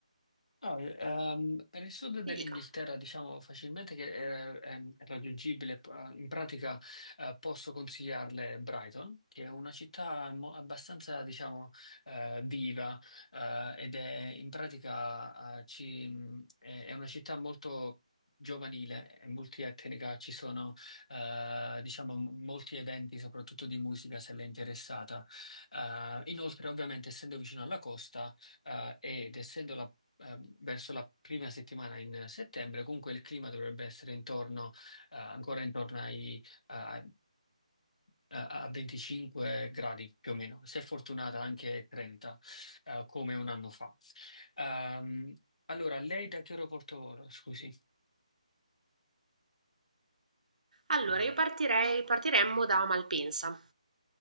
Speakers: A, on the left (about 60°); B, on the right (about 75°).
A: No, ehm, nel sud dell'Inghilterra
B: mi dica.
A: diciamo facilmente che eh, è, è raggiungibile, p- eh, in pratica eh, posso consigliarle Brighton, che è una città mo- abbastanza diciamo eh, viva eh, ed è in pratica eh, ci- mh, è, è una città molto giovanile, è multietnica, ci sono eh, diciamo m- molti eventi soprattutto di musica se l'è interessata. Eh, inoltre ovviamente essendo vicino alla costa eh, ed essendo la eh, verso la prima settimana in settembre, comunque il clima dovrebbe essere intorno, eh, ancora intorno ai, eh, a a 25 gradi più o meno, se fortunata anche 30, eh, come un anno fa. Ehm, allora, lei da che aeroporto vola, scusi?
B: Allora, io partirei, partiremmo da Malpensa.